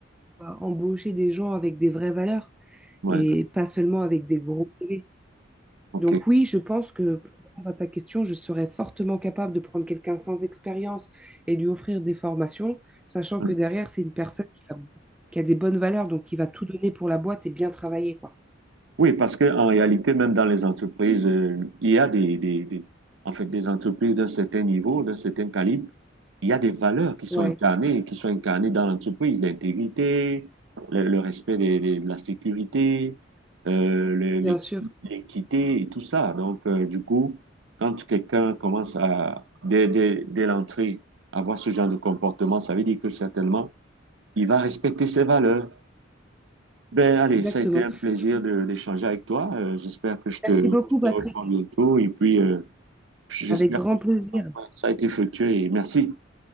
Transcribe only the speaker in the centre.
embaucher des gens avec des vraies valeurs
et pas seulement avec des gros CV.
Donc oui, je pense que pour répondre à ta question, je serais fortement capable de prendre quelqu'un sans expérience et lui offrir des formations, sachant
que derrière, c'est une personne qui va- qui a des bonnes valeurs, donc qui va tout donner pour la boîte et bien travailler, quoi.
Ouais,
bien sûr,
exactement.
Je-
Merci
beaucoup, Patrick.
Avec grand
plaisir.